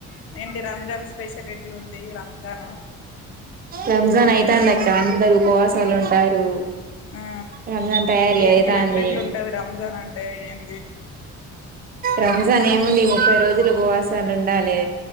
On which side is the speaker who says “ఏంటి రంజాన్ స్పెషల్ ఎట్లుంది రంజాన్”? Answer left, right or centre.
Left